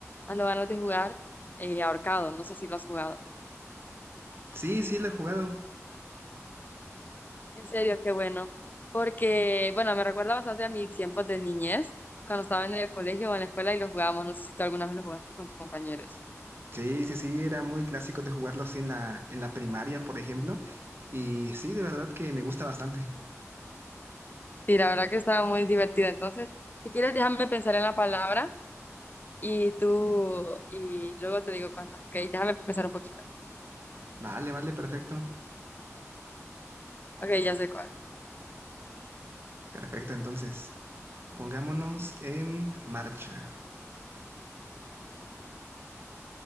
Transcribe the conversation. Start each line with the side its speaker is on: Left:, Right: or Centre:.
Left: Ando ganas de jugar eh, ahorcado. No sé si lo has jugado.
Right: Sí, sí, lo he jugado.
Left: En serio, qué bueno. Porque, bueno, me recuerda bastante a mis tiempos de niñez, cuando estaba en el colegio o en la escuela y lo jugábamos. No sé si tú alguna vez lo jugaste con tus compañeros.
Right: Sí, sí, sí, era muy clásico de jugarlo así en la, en la primaria, por ejemplo. Y sí, de verdad que me gusta bastante.
Left: Sí, la verdad que estaba muy divertido. Entonces, si quieres, déjame pensar en la palabra. Y tú, y luego te digo cuántas. Ok, déjame pensar un poquito.
Right: Vale, vale, perfecto.
Left: Ok, ya sé cuál.
Right: Perfecto, entonces, pongámonos en marcha.